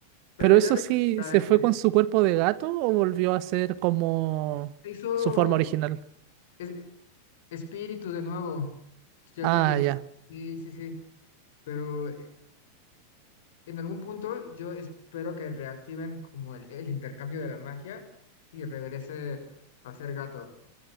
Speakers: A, on the left; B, on the right.
A: Pero
B: Pero
A: ya
B: eso
A: recupera,
B: sí, ¿se
A: es-
B: fue con su cuerpo de gato o volvió a ser como
A: se hizo
B: su forma original?
A: es- espíritu de nuevo, ya
B: Ah,
A: que lo...
B: ya.
A: Sí, sí, sí, pero en algún punto yo espero que reactiven como el, el intercambio de la magia y regrese a ser gato.